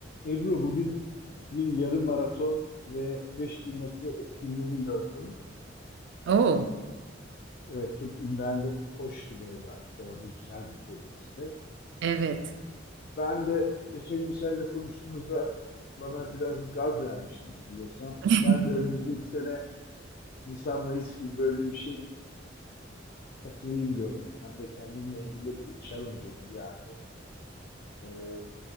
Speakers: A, on the left (about 50°); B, on the right (about 65°).
A: Ebru bugün bir yarım maraton ve 5000 metre etkinliğini gördüm.
B: Oo,
A: Evet çok imrendim. Koştu böyle açık havada güzel bir tesiste.
B: evet.
A: Ben de geçen gün seninle konuştuğumuzda bana biraz gaz vermiştin hatırlıyorsan.
B: <laughs>
A: Ben de önümüzdeki sene Nisan-Mayıs gibi böyle bir şey katılayım diyorum. Hem de kendimle ilgili bir challenge olur yani. Ee,